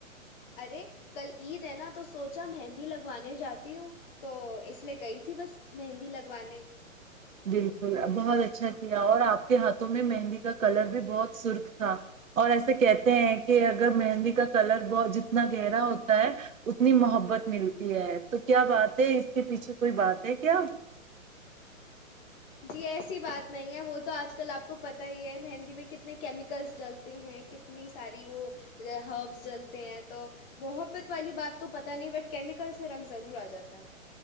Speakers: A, on the left; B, on the right.
A: ارے کل عید ہے نا تو سوچا مہندی لگوانے جاتی ہوں تو اس لیے گئی تھی بس مہندی لگوانے
B: بالکل بہت اچھا کیا اور آپ کے ہاتھوں میں مہندی کا کلر بھی بہت سرخ تھا اور ایسا کہتے ہیں کہ اگر مہندی کا کلر بہت جتنا گہرا ہوتا ہے اتنی محبت ملتی ہے تو کیا بات ہے اس کے پیچھے کوئی بات ہے کیا
A: جی ایسی بات نہیں ہے وہ تو آج کل آپ کو پت ہی ہے مہندی میں کتنے کیمیکلس ڈلتے ہیں کتنی ساری وہ ہربس ڈلتے ہیں تو محبت والی بات تو پت نہیں بٹ کیمیکل سے رنگ ضرور آ جاتا ہے